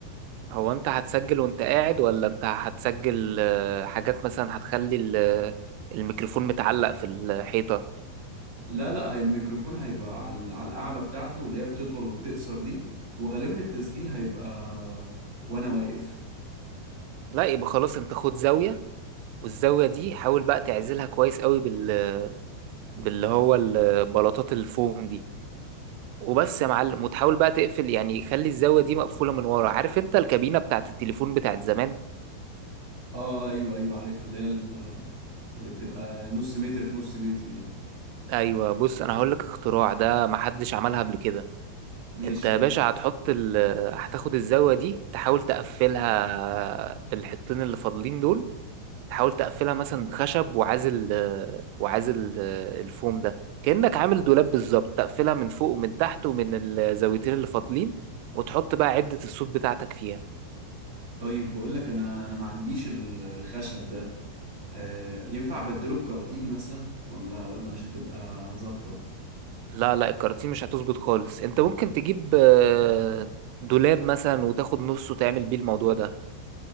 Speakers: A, on the right; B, on the right.
A: هو انت هتسجل وانت قاعد ولا انت هتسجل آه، حاجات مثلا هتخلي ال- الميكروفون متعلق في الحيطة
B: لا لا هي الميكروفون هيبقى على على القاعدة بتاعته اللي هي بتطول وبتقصر دي وغالبا التسجيل هيبقى وانا واقف
A: لا يبقى خلاص انت خد زاوية والزاوية دي حاول بقى تعزلها كويس قوي بال... باللي هو البلاطات الفوم دي وبس يا معلم وتحاول بقى تقفل يعني خلي الزاوية دي مقفولة من ورا عارف انت الكابينة بتاعت التليفون بتاعت زمان
B: اه ايوه ايوه عارف اللي هي ال- اللي بتبقى نص متر في نص متر دي
A: ايوه بص انا هقول لك اختراع ده محدش عملها قبل كده
B: ماشي
A: انت يا
B: يلا.
A: باشا هتحط ال هتاخد الزاوية دي تحاول تقفلها بالحطين اللي فاضلين دول تحاول تقفلها مثلا بخشب وعازل وعازل الفوم ده كأنك عامل دولاب بالظبط تقفلها من فوق ومن تحت ومن الزاويتين اللي فاضلين وتحط بقى عدة الصوت بتاعتك فيها
B: طيب بقول لك انا انا ما عنديش ال- الخشب ده آه ينفع ابدله بكراتين مثلا ولا ولا مش هتبقى ظابطة
A: لا لا الكراتين مش هتظبط خالص انت ممكن تجيب آه، دولاب مثلا وتاخد نصه وتعمل بيه الموضوع ده